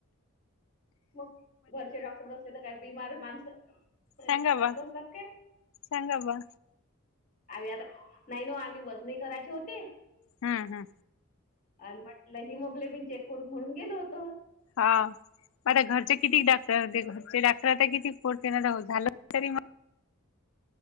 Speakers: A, on the left; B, on the left.
A: मग घरचे डॉक्टर असले तर काही बिमार माणसं
B: सांगा
A: जात
B: बा
A: नसतात काय?
B: सांगा बा
A: आम्ही आता नाही ना ओ आम्ही वजने करायचे होते.
B: हा हा
A: आण म्हटलं हिमोग्लोबिन चेक करून म्हणून गेलो होतो.
B: हा मग आता घरचे किती डाक्टर होते घरचे डॉक्टर आता किती पोडते ना झालं तरी